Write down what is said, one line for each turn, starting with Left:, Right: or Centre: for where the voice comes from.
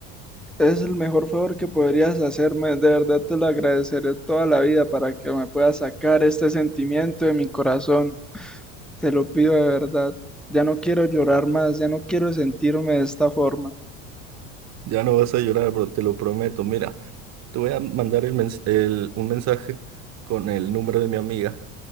Centre: Es el mejor favor que podrías hacerme. De verdad te lo agradeceré toda la vida para que me puedas sacar este sentimiento de mi corazón. Te lo pido de verdad. Ya no quiero llorar más, ya no quiero sentirme de esta forma.
Right: Ya no vas a llorar, pero te lo prometo. Mira. Te voy a mandar el mens- el- un mensaje con el número de mi amiga